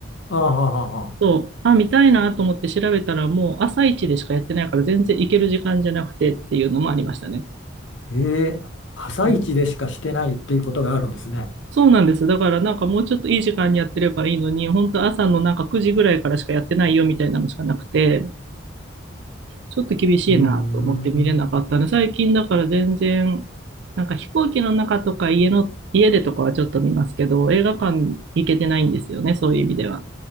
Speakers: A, on the left; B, on the right.
A: ああ、ああああ
B: そう、あ、見たいなと思って調べたら、もう朝一でしかやってないから、全然行ける時間じゃなくてっていうのもありましたね。
A: ええ朝一でしかしてないっていうことがあるんですね。
B: うん、そうなんです。だから、なんかもうちょっといい時間にやってればいいのに、本当朝のなんか9時ぐらいからしかやってないよみたいなのしかなくて、ちょっと厳しいなと思って見れなかったので、
A: うーん。
B: 最近だから全然、なんか飛行機の中とか家の、家でとかはちょっと見ますけど、映画館行けてないんですよね、そういう意味では。